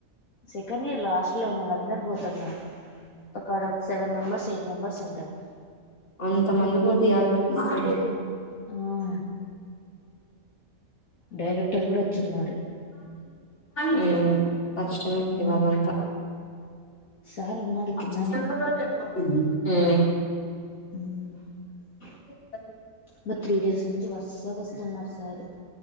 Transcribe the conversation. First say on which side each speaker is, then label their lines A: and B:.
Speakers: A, on the left; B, on the left.
A: సెకండ్ ఇయర్లో హష్టల్ లో ఉన్న వాళ్ళందరూ పోతున్నారు అక్కడ ఒక సెవెన్ మెంబర్స్ ఎయిట్ మెంబెర్స్ ఉంటారు
B: అంత మంది పోతే ఏడ కనిపిస్తారు <inaudible>
A: ఆ డైరెక్టర్ కూడా వచ్చున్నాడు
B: మ్ కష్టమేది
A: ఆ
B: వాాలంతా మ్
A: సార్ ఉన్నాడు కిందనే మ్
B: బ
A: మరి త్రీ డేస్ నుంచి వరుసగా వస్తున్నాడు సారు